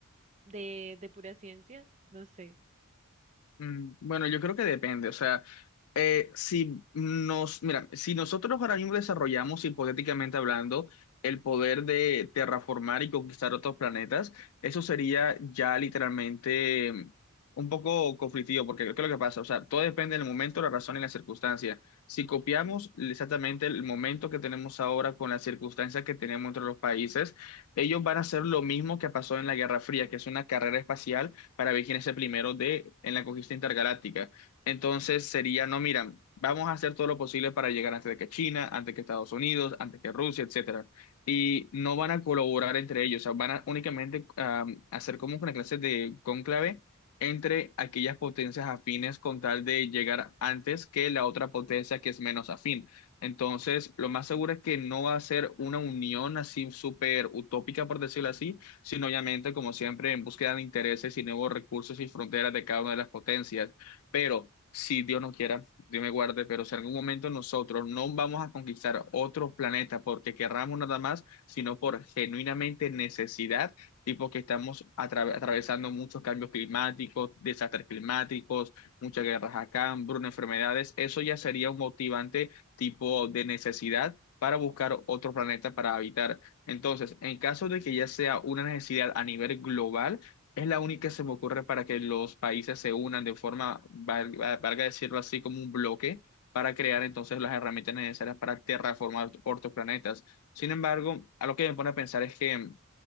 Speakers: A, on the right (about 30°); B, on the left (about 85°).
A: de, de pura ciencia, no sé.
B: Mm, Bueno, yo creo que depende, o sea, eh, si nos, mira, si nosotros ahora mismo desarrollamos, hipotéticamente hablando, el poder de terraformar y conquistar otros planetas, eso sería ya literalmente mm, un poco conflictivo, porque ¿qué es lo que pasa? O sea, todo depende del momento, la razón y la circunstancia. Si copiamos exactamente el momento que tenemos ahora con las circunstancias que tenemos entre los países, ellos van a hacer lo mismo que pasó en la Guerra Fría, que es una carrera espacial para ver quién es el primero de, en la conquista intergaláctica. Entonces sería, no, mira, vamos a hacer todo lo posible para llegar antes de que China, antes que Estados Unidos, antes que Rusia, etcétera. Y no van a colaborar entre ellos, o sea, van a únicamente am, hacer como una clase de cónclave entre aquellas potencias afines con tal de llegar antes que la otra potencia que es menos afín. Entonces, lo más seguro es que no va a ser una unión así súper utópica, por decirlo así, sino obviamente, como siempre, en búsqueda de intereses y nuevos recursos y fronteras de cada una de las potencias. Pero si Dios no quiera, Dios me guarde, pero si en algún momento nosotros no vamos a conquistar otros planetas porque querramos nada más, sino por genuinamente necesidad, tipo que estamos atra- atravesando muchos cambios climáticos, desastres climáticos, muchas guerras acá, hambruna, enfermedades, eso ya sería un motivante tipo de necesidad para buscar otro planeta para habitar. Entonces, en caso de que ya sea una necesidad a nivel global, es la única que se me ocurre para que los países se unan de forma, val- valga decirlo así, como un bloque para crear entonces las herramientas necesarias para terraformar otros planetas. Sin embargo, algo que me pone a pensar es que